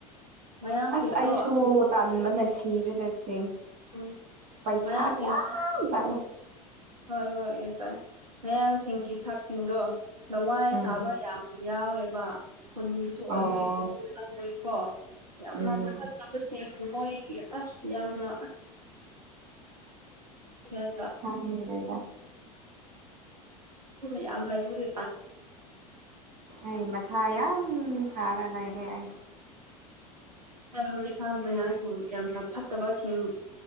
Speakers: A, on the right; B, on the right.
A: ꯃꯌꯥꯡꯁꯤꯡꯗꯣ
B: ꯑꯁ ꯑꯩꯁꯨ ꯇꯥꯟꯕꯅꯁ ꯊꯤꯔꯗ ꯆꯤꯡ
A: ꯎꯝ
B: ꯄꯩꯁꯥ
A: ꯃꯌꯥꯡꯁꯤꯡ
B: ꯌꯥꯝ ꯆꯠꯂꯦ
A: ꯍꯣꯏ ꯍꯣꯏꯇꯥꯥꯏꯦ ꯃꯌꯥꯡꯁꯤꯡꯒꯤ ꯁꯛꯁꯤꯡꯗꯣ ꯂꯋꯥꯏ
B: ꯎꯝ
A: ꯇꯥꯕ ꯌꯥꯝ ꯌꯥꯎꯋꯦꯕ ꯈꯨꯨꯟꯒꯤꯁꯨ
B: ꯑꯣ
A: ꯑꯣꯏꯗꯔꯤ ꯆꯪꯗꯔꯤꯀꯣ ꯌꯥꯝꯅ
B: ꯎꯝ
A: ꯗꯨ ꯈꯠ ꯆꯕꯁꯦ ꯃꯣꯏ ꯑꯁ ꯌꯥꯝꯅ ꯑꯁ ꯒ꯭ꯌꯥꯟ
B: ꯁꯉꯔꯦꯗ
A: ꯌꯥꯝ ꯂꯩꯥꯏꯕꯔꯤ
B: ꯑꯩ ꯃꯊꯥ ꯌꯥꯝ ꯌꯥꯝ ꯁꯔꯥꯅꯥꯏꯔꯦ ꯑꯩꯁꯨ
A: ꯍꯧꯖꯤꯛꯀꯥꯟ ꯃꯌꯥꯝꯁꯤꯡ ꯌꯥꯝꯅ ꯐꯠꯇꯕꯁꯤꯡ